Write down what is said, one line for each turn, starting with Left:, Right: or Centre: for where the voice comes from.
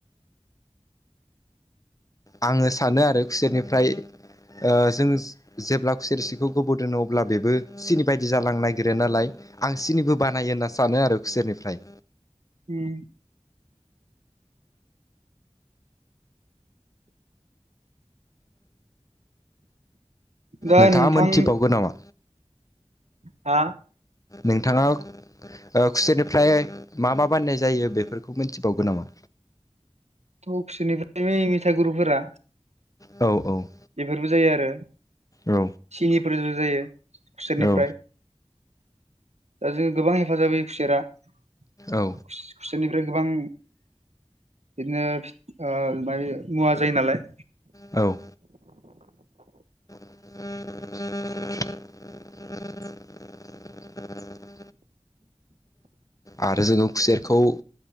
Left: आङो सानो आरो खुसेरनिफ्राय ओ जों जेब्ला खुसेर रोसिखौ गोबाव दोनो अब्ला बेबो सिनि बायदि जालांनो नागिरो नालाय आं सिनिबो बानायो होनना सानो आरो खुसरनिफ्राय
Right: उम दा
Left: नोंथाङा
Right: नोंथांहा
Left: मोनथिबावगौ नामा?
Right: आ
Left: नोंथाङा खुसेनिफ्राय मा मा बाननाय जायो बेफोरखौ मिथिबावगोन नामा?
Right: अ खुसेरनिफ्राय मेथाइ गुरुफोरा
Left: औ औ
Right: बेफोरबो जायो आरो
Left: औ
Right: सिनिफोरबो जायो खुसेरनिफ्राय
Left: औ
Right: दा जों गोबां हेफाजाब होयो खुसेरा खुसेरनिफ्राय
Left: औ
Right: गोबां बिदिनो मुवा जायो नालाय
Left: औ <inaudible> आरो जोङो खुसेरखौ